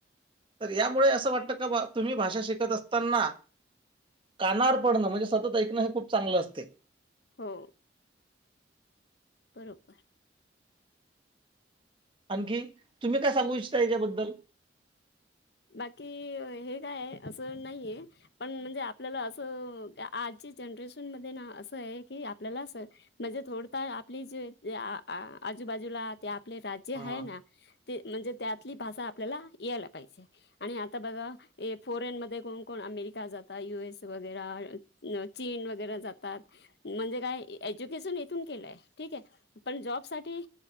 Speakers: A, on the right; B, on the left.
A: तर यामुळे असं वाटतं का तुम्ही भाषा शिकत असताना कानाार पडणं म्हणजे सतत ऐकणं हे खूप चांगलं असते.
B: हो. बरोबर.
A: आणखी तुम्ही काय सांगू इच्छता याच्याबद्दल
B: बाकी हे काय आहे असं नाहीये. पण म्हणजे आपल्याला असं आजची जनरेशन मध्ये ना असं आहे की आपल्याला म्हणजे थोडत आपली ज आजूबाजूला आपले राज्य
A: हां,
B: आहे ना ते म्हणजे त्यातली भाषा आपल्याला यायला पाहिजे. आणि आता बघा फॉरेन मध्ये कोण कोण अमेरिका जातात यु एस वगैरे. न चीन वगैरे जातात. म्हणजे काय एज्युकेशन येथून केलंय ठीक आहे पण जॉब साठी